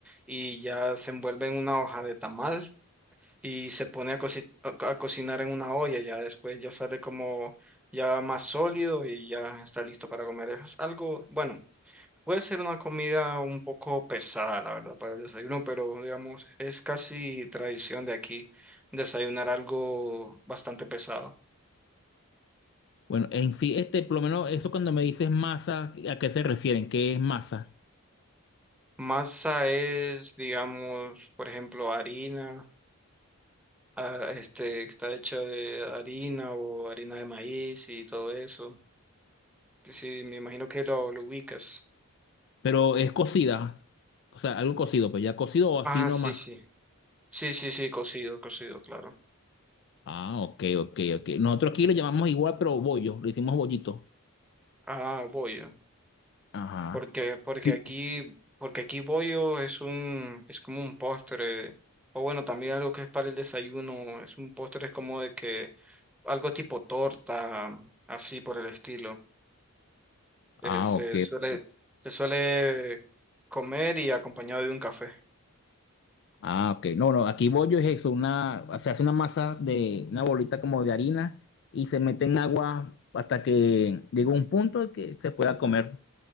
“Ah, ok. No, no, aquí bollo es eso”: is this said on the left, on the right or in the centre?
Left